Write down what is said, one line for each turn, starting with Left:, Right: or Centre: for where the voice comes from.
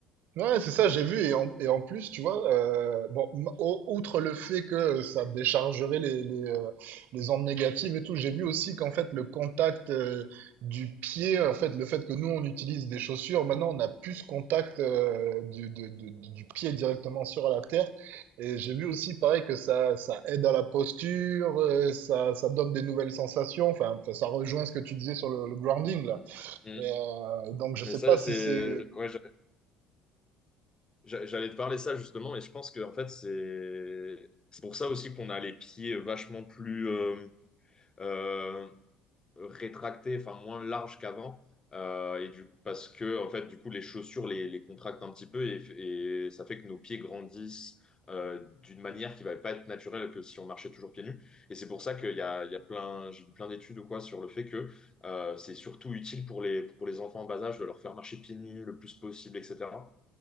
Right: Ouais, c'est ça, j'ai vu. Et en, et en plus, tu vois, euh, bon, m- au- outre le fait que ça déchargerait les, les, euh, les ondes négatives et tout, j'ai vu aussi qu'en fait, le contact euh, du pied, en fait, le fait que nous, on utilise des chaussures, maintenant, on a plus ce contact euh, du, de- de- du du pied directement sur la terre. Et j'ai vu aussi, pareil, que ça, ça aide à la posture, euh, ça, ça donne des nouvelles sensations. Enfin, enfin, ça rejoint ce que tu disais sur le, le grounding, là.
Left: Mm.
Right: Et, euh, donc, je
Left: Mais
Right: sais
Left: ça,
Right: pas si
Left: c'est.
Right: c'est...
Left: Ouais, j'a- j'a- j'allais te parler ça justement, mais je pense que en fait, c'est. C'est pour ça aussi qu'on a les pieds vachement plus euh, euh, rétractée, enfin moins large qu'avant. Euh, et du coup, parce que en fait, du coup, les chaussures les, les contractent un petit peu et, et ça fait que nos pieds grandissent euh, d'une manière qui va pas être naturelle que si on marchait toujours pieds nus. Et c'est pour ça qu'il y a, il y a plein, j'ai vu plein d'études ou quoi sur le fait que euh, c'est surtout utile pour les, pour les enfants en bas âge de leur faire marcher pieds nus le plus possible, etc.